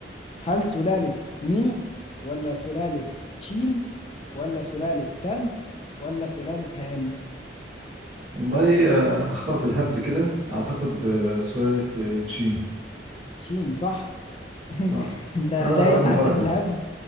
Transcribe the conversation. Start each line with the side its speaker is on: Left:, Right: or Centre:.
Left: هل سلالة مينغ ولا سلالة تشين ولا سلالة تانغ ولا سلالة هان
Right: والله آه، هختار بالهبد كده اعتقد آه، سلالة آه، تشين
Left: تشين صح
Right: آه.
Left: <laughs> انت
Right: انا
Left: دايس
Right: راجل
Left: حتى
Right: بركة
Left: في الهبد